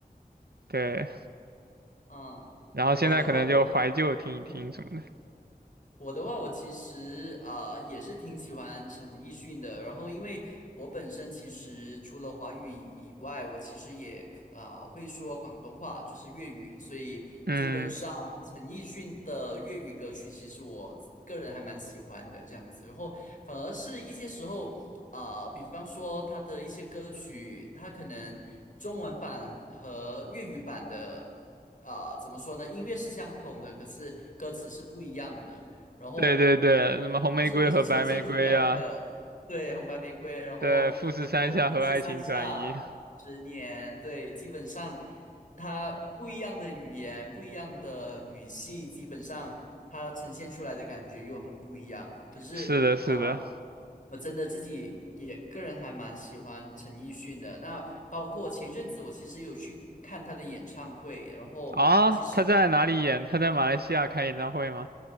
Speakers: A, on the right; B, on the left.
A: 对，
B: 嗯，
A: 然后现在可能就怀旧听一听什么的。
B: 我的话我嗯。我的话，我其实呃也是挺喜欢陈奕迅的。然后，因为我本身其实除了华语以外，我其实也呃会说广东话，就是粤语。所以基本上陈奕迅的粤语歌曲，
A: 嗯，
B: 其实我个人还蛮喜欢的这样子。然后反而是一些时候，呃，比方说他的一些歌曲，他可能中文版和粤语版的，呃，怎么说呢？音乐是相同的，可是歌词是不一样的。然后
A: 对对对，什么红玫瑰和白玫瑰啊，
B: 就是可是呈现出来的，对，红白玫瑰，然后还有富士山下十年，
A: 对，富士山下和爱情转移，
B: 对，基本上它不一样的语言，不一样的语气，基本上它呈现出来的感觉又很不一样。可是啊、
A: 是的，是的。
B: 呃我真的自己也个人还蛮喜欢陈奕迅的。那包括前阵子我其实有去看他的演唱会，然后其实。
A: 啊，他在哪里演？他在马来西亚开演唱会吗？